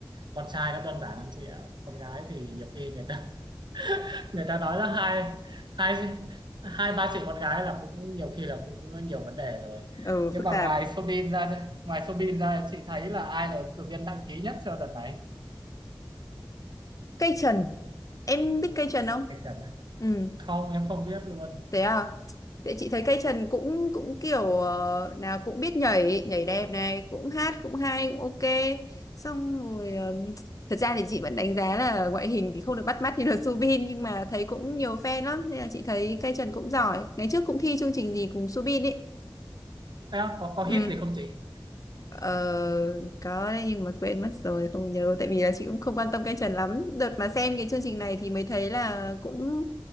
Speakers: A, on the right; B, on the left.
A: con trai nó đơn giản lắm chị ạ con gái thì nhiều khi người ta <laughs> người ta nói là hai hai hai ba chị con gái là cũng nhiều khi là cũng nhiều vấn đề rồi
B: Ừ,
A: nhưng
B: phức
A: mà
B: tạp.
A: ngoài Sobin ra ngoài Sobin ra chị thấy là ai là ứng cử viên đăng ký nhất cho đợt này
B: Cây trần, em biết cây trần không?
A: anh Trần đấy
B: Ừ,
A: không em không biết luôn
B: thế à? Thế chị thấy cây trần cũng cũng kiểu ờ, nào cũng biết nhảy, nhảy đẹp này, cũng hát cũng hay, cũng ok. Xong rồi ờ, thật ra thì chị vẫn đánh giá là ngoại hình thì không được bắt mắt như là <laughs> Subin nhưng mà thấy cũng nhiều fan lắm nên là chị thấy cây trần cũng giỏi. Ngày trước cũng thi chương trình gì cùng Subin ấy.
A: em có có
B: Ừ.
A: hit gì không chị
B: Ờ, có đấy nhưng mà quên mất rồi không nhớ tại vì là chị cũng không quan tâm cái trend lắm đợt mà xem cái chương trình này thì mới thấy là cũng